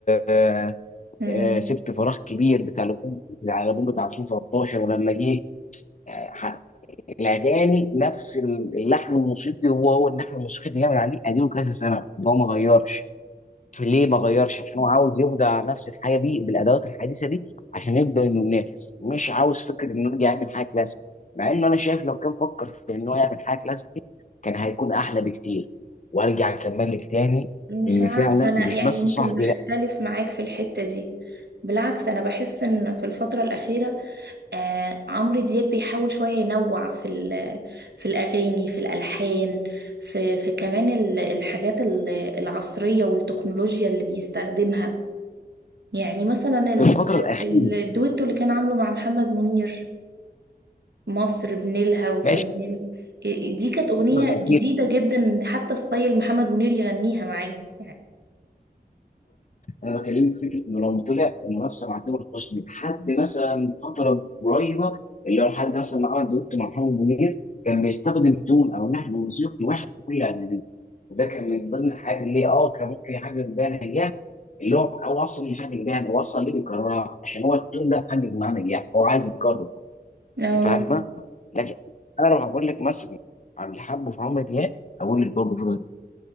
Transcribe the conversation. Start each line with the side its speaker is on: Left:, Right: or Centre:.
Left: آه،
Right: مم.
Left: آه، سبت فراغ كبير بتاع الالبوم بتاع الألبوم بتاع 2013 ولما جه آه، ح- الاغاني نفس اللحن الموسيقي هو هو اللحن الموسيقي اللي جامد عليه اديله كذا سنه ده هو ما غيرش ليه ما غيرش عشان هو عاوز يبدع نفس الحاجه دي بالادوات الحديثه دي عشان يقدر انه ينافس مش عاوز فكره انه يرجع يعمل حاجه كلاسيك مع انه انا شايف لو كان فكر في انه يعمل حاجه كلاسيك كان هيكون احلى بكتير وارجع اكمل لك تاني
Right: مش
Left: ان
Right: عارفة
Left: فعلا
Right: أنا
Left: مش
Right: يعني
Left: بس
Right: يمكن
Left: صاحبي
Right: بختلف
Left: لا
Right: معاك في الحتة دي بالعكس أنا بحس إن في الفترة الأخيرة آه عمرو دياب بيحاول شوية ينوع في ال- في الأغاني في الألحان في في كمان ال- الحاجات ال- العصرية والتكنولوجيا اللي بيستخدمها يعني مثلا ال-
Left: في الفتره الاخيره
Right: ال- الدويتو اللي كان عامله مع محمد منير مصر بنيلها وكان
Left: ماشي
Right: بنيلها إيه- دي كانت أغنية
Left: الفتره الاخيره
Right: جديدة جدا إن حتى ستايل محمد منير يغنيها معاه يعني
Left: انا بكلمك فكره انه لو طلع المنافسه مع تامر حسني لحد مثلا فتره قريبه اللي هو لحد مثلا ما عمل دوت مع محمد منير كان بيستخدم تون او نحن موسيقي واحد في كل اغانيه وده كان من ضمن الحاجات اللي اه كان ممكن يحقق بيها نجاح اللي هو او اصلا مش حاجه بيها هو اصلا ليه بيكررها عشان هو التون ده محقق معاه نجاح هو عايز يكرره
Right: اه
Left: انت فاهمه؟ لكن انا لو هقول لك مثلا عن اللي حبه في عمرو دياب اقول لك برضه فضل